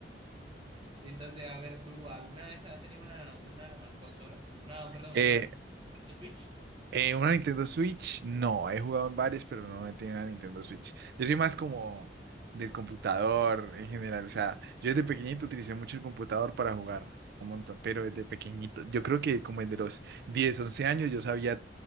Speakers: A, on the right; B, on the right.
A: Entonces, a ver, tú, ¿alguna vez has tenido una, una consola? Una, perdón,
B: Eh,
A: una Nintendo Switch.
B: eh, ¿una Nintendo Switch? No, he jugado en varias, pero no no he tenido una Nintendo Switch. Yo soy más como del computador en general. O sea, yo desde pequeñito utilicé mucho el computador para jugar un montón, pero desde pequeñito, yo creo que como desde los 10 11 años, yo sabía